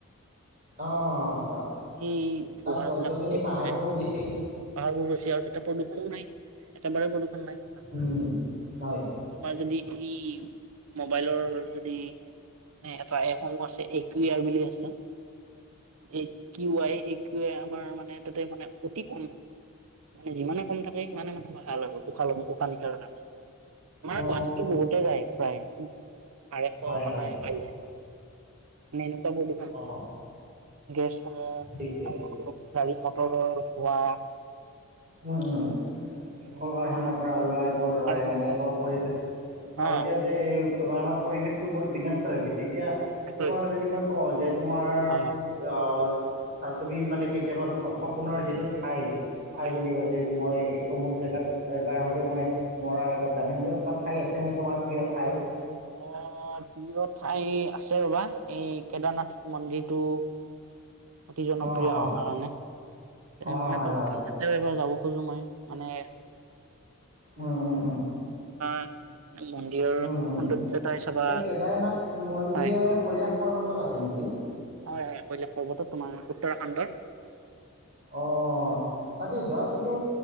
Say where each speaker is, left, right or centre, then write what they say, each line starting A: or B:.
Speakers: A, on the right; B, on the right.
A: অ হয়
B: সেই ধোঁৱাবিলাক
A: তাত গছ গছনি
B: প্ৰদূষণ
A: পাহাৰবোৰ
B: হয়
A: বেছি
B: পাহাৰবোৰ বেছি আৰু তাতে প্ৰদূৰ্ষণো নাই একেবাৰে প্ৰদূৰণ নাই ম
A: উম, হয়
B: তোমাৰ যদি ই মোবাইলৰ যদি মে এটা এপসমূহ আছে এক বুলি আছে এ কি আইউ আই আমাৰ মানে তাতে মানে অতি কম মানে যিমানে থাকে মানে মানে ভাল হ'ব আৰু উশা নিশাহ নিশাৰণে আমাৰ
A: অ
B: গুৱাহাটীতো বহুতে যায় প্ৰায় আঢ়ৈশ
A: হয়
B: মানে
A: হয়
B: পাই যায় নাই প্ৰদূষণ
A: অ
B: গেছ
A: ঠিকেই
B: আৰু গাড়ী বত থোৱা
A: উম উম কল
B: এনেকুৱা
A: কাৰখানাৰ
B: মানে
A: পৰা ওলাই বোৰ ধোৱাই
B: কাৰখানা
A: মানে পৰিৱেশ
B: অ
A: আৰু এতিয়া যে আমাৰ পৰিৱেশ বহুত বিনষ্ট হৈ গৈছে এতিয়া
B: ইয়াত
A: তোমাক
B: লৈ গৈছে
A: যদি
B: তাকে
A: মই কওঁ যে তোমাৰ
B: হয় হয়
A: আহ তুমি মানে কেতিয়াবা সপোনৰ যিটো ঠাই ঠাই
B: হয়
A: বুলি
B: হয়।
A: কয় যে মই অমুক জেগাত এবাৰ হ'লেও মই মৰাৰ আগত জামিন গৈ কিবা ঠাই আছেনে তোমাৰ প্ৰিয় ঠাই
B: অ প্ৰিয় ঠাই আছে ৰ'বা এই কেদাৰনাথ মন্দিৰটো অতি জনপ্ৰিয়
A: অঁ
B: আমাৰ কাৰনে এ
A: অঁ
B: মই
A: হয়
B: ভাবোঁ
A: হয়
B: কি, যাতে - কিয় যাব খোজোঁ মই, মানে-
A: উম উম
B: <unintelligible> মন্দিৰৰ
A: উম উম,
B: সৌন্দৰ্যতাই চাবা
A: এই কেদাৰনাথ মন্দিৰ
B: হয়
A: কৈলাশ পৰ্বতত আছে নেকি?
B: হয় হয় কৈলাশ পৰ্বতত তোমাৰ উত্তৰাখণ্ডৰ।
A: অহ, তাতে যোৱাটো তো,